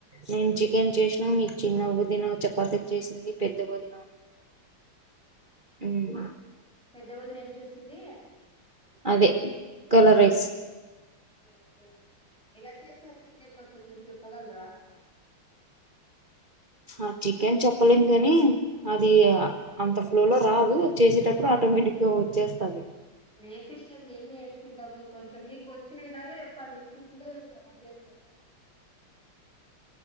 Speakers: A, on the right (about 30°); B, in the centre.
A: నేను చికెన్ చేసినా, మీ చిన్న వదిన చపాతి చేసింది పెద్దగొదిన ఉమ్
B: పెద్ద వదిన ఏం చేసింది
A: అదే కలర్ రైస్
B: ఓకే ఓకే ఎలా చేస్తారు చికెన్ మాకు కొంచెం చెప్పగలరా
A: ఆ చికెన్ చెప్పలేము కాని అది అంత ఫ్లోలో రాదు చేసేటప్పుడు ఆటోమేటిక్ గా వచ్చేస్తుంది.
B: లేేసిస్టే మేము నేర్చుకుంటము కొంచెం మీకు వచ్చిన విధంగా చెప్పండి మిస్టేక్ ఉంటే మేము కవర్ చేస్తాం చేసుకుంటాం